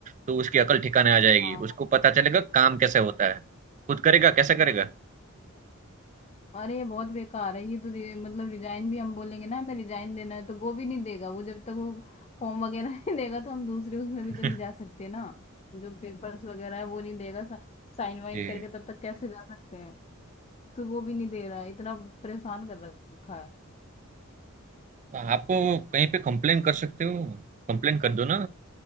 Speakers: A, on the right; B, on the left.
A: तो उसकी अकल ठिकाने आ जाएगी
B: है
A: उसको पता चलेगा काम कैसे होता है खुद करेगा कैसे करेगा
B: अरे बहुत बेकार है ये तो रि, मतलब रिजाइन भी हम बोलेंगे ना हमें रिजाइन देना है तो वो भी नहीं देगा वो जब तक वो फॉर्म वगैरह <laughs> नहीं देगा तो हम दूसरे उसमें भी
A: <laughs>
B: तो नहीं जा सकते ना जो पेपर्स वगैरह है वो नहीं देगा सा, साइन वाइन
A: जी
B: करके तब तक कैसे जा सकते हैं तो वो भी नहीं दे रहा है इतना परेशान कर रखा है
A: तो आप कहीं पे कंप्लेन कर सकते हो कंप्लेन कर दो ना